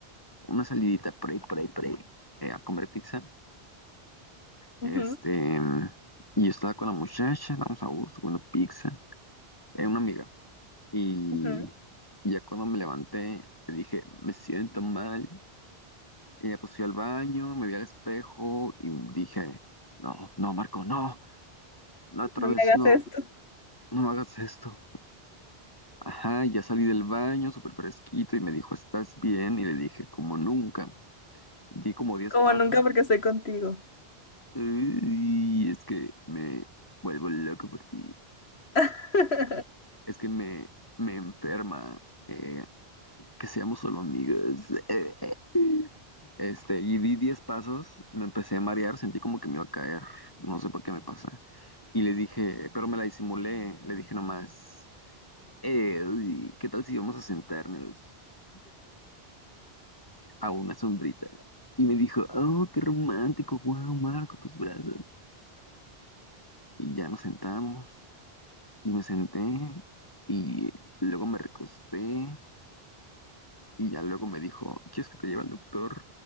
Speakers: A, on the left; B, on the left.
A: una salidita por ahí, por ahí, por ahí, eh, a comer pizza. Este,
B: Ujú,
A: y yo estaba con la muchacha, estábamos a gusto comiendo pizza, eh, una amiga. Y,
B: ujú,
A: ya cuando me levanté, le dije, me siento mal. Y ya pues fui al baño, me vi al espejo y dije, no, no, Marco, no, no, otra
B: No
A: vez
B: me hagas
A: no,
B: esto.
A: no hagas esto. Ajá, ya salí del baño súper fresquito y me dijo, ¿estás bien? Y le dije, como nunca. Di como 10
B: Como
A: pasos.
B: nunca porque estoy contigo.
A: Y es que me vuelvo loco por ti.
B: <laughs>
A: Es que me, me enferma eh, que seamos solo amigos. <laughs> Este, y di 10 pasos, me empecé a marear, sentí como que me iba a caer. No sé por qué me pasa. Y le dije, pero me la disimulé. Le dije nomás, eh, uy, ¿qué tal si vamos a sentarnos a una sombrita? Y me dijo, oh, qué romántico, wow, Marco, tus brazos. Y ya nos sentamos. Y me senté y luego me recosté y ya luego me dijo, ¿quieres que te lleve al doctor?